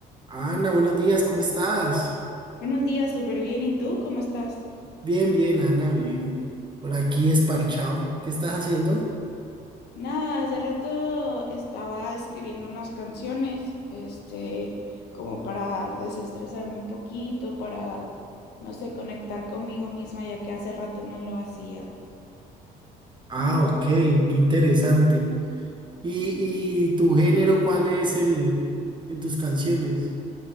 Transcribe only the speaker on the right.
Ana, buenos días, ¿cómo estás?
Bien, bien, Ana, bien. Por aquí desparchado. ¿Qué estás haciendo?
Ah, ok, qué interesante. ¿Y, y tu género cuál es el en tus canciones?